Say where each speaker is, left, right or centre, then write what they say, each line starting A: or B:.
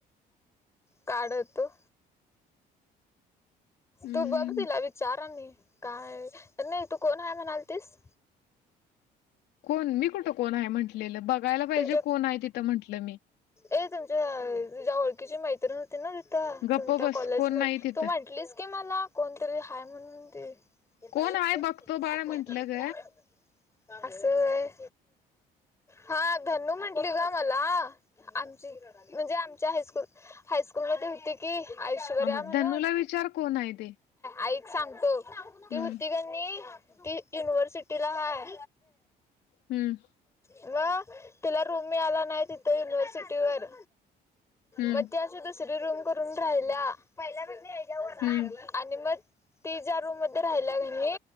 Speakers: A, on the left; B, on the left.
A: काढतो.
B: हम्म
A: तू बघ तीला विचारांनी काय नाही तू कोणाला म्हणालयतीस?
B: कोण? मी कुठं कोण आहे म्हटलेलं बघायला पाहिजे
A: तुमच्या
B: कोण आहे तिथं म्हंटलं मी.
A: ए तुमच्या तुझ्या ओळखीची मैत्रीण ते ना तिथ
B: गप्प
A: तुमच्या
B: बस
A: कॉलेज
B: कोण
A: मध्ये
B: नाही तिथं
A: तू म्हटलीस की मला कोणतरी हाय म्हणून ती? ते
B: कोण
A: बाई
B: आहे
A: हा हा
B: बघतो बाळ म्हंटलं
A: हा
B: ग
A: असं होय. हा धनू म्हटली ग मला आमची म्हणजे आमच्या हायस्कूल हायस्कूल मध्ये होती कि ऐश्वर्या
B: मग
A: म्हणून.
B: धनूला विचार कोण आहे ते
A: ऐक सांगतो ती
B: हम्म
A: होती का ती युनिवर्सिटीला हाय.
B: हम्म
A: मग तिला रूम मिळाला नाही तिथे युनिव्हर्सिटीवर
B: हम्म
A: मग ते त तिथं रूम करून राहिल्या. <inaudible>
B: हम्म.
A: आणि मग ति ज्या रूम मध्ये राहिल्या कणी